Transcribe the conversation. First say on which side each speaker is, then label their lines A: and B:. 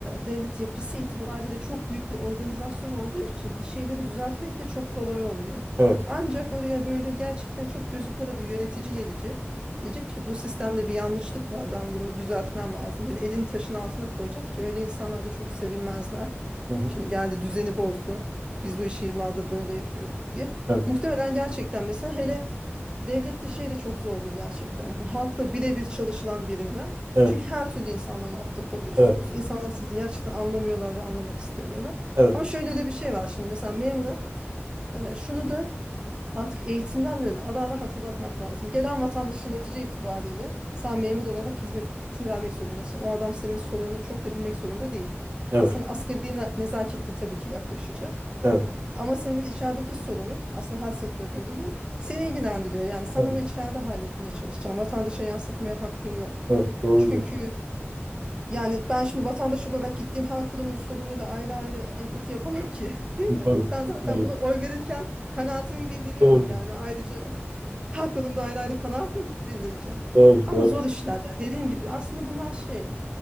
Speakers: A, on the right; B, on the right.
A: devlet yapısı itibariyle çok büyük bir organizasyon olduğu için bir şeyleri düzeltmek de çok kolay olmuyor.
B: Evet.
A: Ancak oraya böyle gerçekten çok gözü kara bir yönetici gelecek. Diyecek ki bu sistemde bir yanlışlık var. Ben bunu düzeltmem lazım. Böyle elini taşın altına koyacak ki öyle insanlar da çok sevilmezler.
B: Hı hı.
A: Şimdi geldi düzeni bozdu. Biz bu işi yıllardır böyle yapıyorduk diye.
B: Evet.
A: Muhtemelen gerçekten mesela hele devlette şey de çok zordur gerçekten. Bu halkla birebir çalışılan birimler.
B: Evet.
A: Çünkü her türlü insanla muhatap oluyorsunuz.
B: Evet.
A: İnsanlar sizi gerçekten anlamıyorlar ve anlamak istemiyorlar.
B: Evet.
A: Ama şöyle de bir şey var şimdi mesela memura e, şunu da artık eğitimlerle mi ara ara hatırlatmak lazım. Gelen vatandaşın netice itibariyle sen memur olarak hizmetini vermek zorundasın. O adam senin sorununu çok da bilmek zorunda değil.
B: Evet.
A: Ha sana
B: Evet.
A: asgari ne- nezaketle tabii ki yaklaşacak.
B: Evet.
A: Ama senin içerideki sorunun aslında her sektörde böyle seni ilgilendiriyor. Yani sen
B: Evet.
A: onu içeride halletmeye çalışacaksın. Vatandaşa yansıtmaya hakkın yok.
B: Evet. Doğru
A: Çünkü
B: diyor.
A: yani ben şimdi vatandaş olarak gittiğim her kurumun sorunuyla ayrı ayrı empati yapamam ki, <laughs> değil mi?
B: Doğru.
A: Ben zaten
B: Doğru.
A: bunu oy verirken kanaatimi bildiriyorum
B: Doğru.
A: yani ayrıca <laughs> her kurumda ayrı ayrı kanaatimi bildireceğim.
B: Doğru.
A: Ama
B: Doğru.
A: zor işler ya dediğim gibi aslında bunlar şey